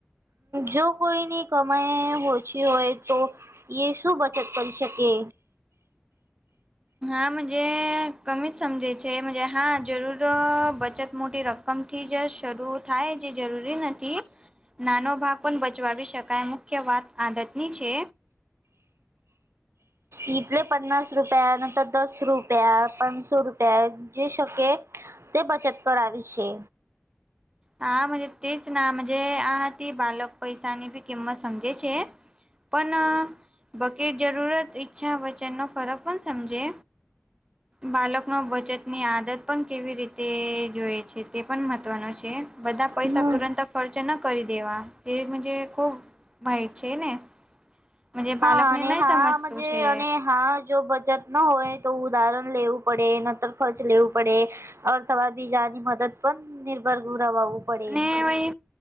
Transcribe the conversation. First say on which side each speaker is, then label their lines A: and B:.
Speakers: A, on the right; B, on the right.
A: જો કોઈ ની કમાઈ ઓછી હોય તો. એ સુ બચત કરીની શકે.
B: આમ જે કમી સમજે છે એમ જે હા જરૂર બચત મોટી રક. રકમ થી જે શરૂ થાય જે જરૂરી નથી. નાનો ભાગ પણ બચવાવી શકાય મુખ્ય વાત આદતની છે.
A: ઈ જે પંચાસ રૂપિયા નંતર દસ રૂપિયા પાંચસો રૂપિયા જે શકે. તે બચત કરાવી છે.
B: હા મતલબ તેજ નામ જે આ તે બાલક પૈસાની બી કિંમત સમજે છે. પણ બકેટ. જરૂરત ઈચ્છા વચનનો ફરક પણ સમજે બાલકો. નો બચતની આદત પણ કેવી રીતે જોઈ છે તે પણ મત્વનો છે બધા પૈસા
A: હમ
B: તુરંત ખર્ચ ન કરી દેવા તે મુજે ખૂબ ભાઈ છે ને. મજે
A: હા
B: બાળકને
A: અને
B: નહી
A: હા
B: સમજતું
A: મજે
B: છે
A: અને હાં. જો બચત ના હોય તો ઉદાહરણ લેવું પડે નતર ખર્ચ લેવું પડે. અથવા બીજાની મદદ પણ નિર્ભર દ રુ રેવું પડે.
B: અને વહી